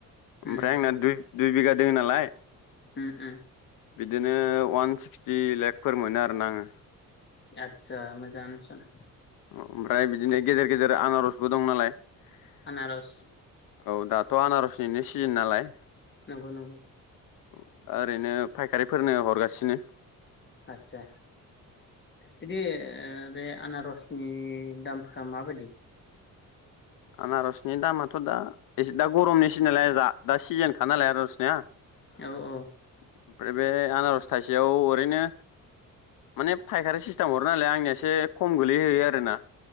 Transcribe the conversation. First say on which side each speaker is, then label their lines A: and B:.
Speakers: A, on the left (about 80°); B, on the left (about 35°).
A: ओमफ्राय
B: उम
A: आंनाया दुइ बिगा दोङो नालाय।
B: उम उम।
A: बिदिनो अवान सिक्सटि लेखफोर मोनो आरोना आङो।
B: आतसा आतसा मोजाङानो सन।
A: ओमफ्राय बिदिनो गेजेर गेजेर आनारसबो दं नालाय। औ
B: आनारस
A: दाथ' आनारस इनि सिजोन नालाय
B: नंगौ नंगौ।
A: दा ओरैनो फायखारिफोरनो हरगासिनो।
B: आतसा। बिदि ओ बे आनारसनि दामफोरा मा बायदि?
A: आनारसनि दामाथ' दा एसे दा गरमनि सिजोनलाय दा सिजोनखा नालाय आनारसनिया ओमफ्राय
B: औ औ
A: बे आनारस थाइसेयाव ओरैनो माने फाइखारि सिस्टेम हरो नालाय आंनिया एसे खम गोलैहैयो आरोना।